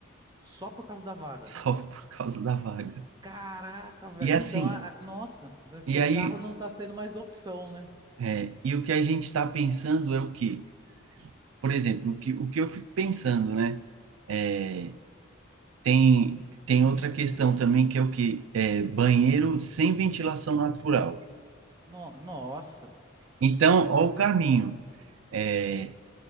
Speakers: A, on the right (about 20°); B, on the right (about 85°).
A: só por causa da
B: <laughs>
A: vaga.
B: só por causa da vaga.
A: Caraca, velho.
B: E assim,
A: Então, a- a- nossa, né, ter
B: e aí,
A: carro não tá sendo mais opção, né?
B: é, e o que a gente está pensando é o quê? Por exemplo, o que, o que eu fico pensando, né? É, tem, tem outra questão também que é o quê? É, banheiro sem ventilação natural.
A: No- nossa,
B: Então, ó o caminho. É,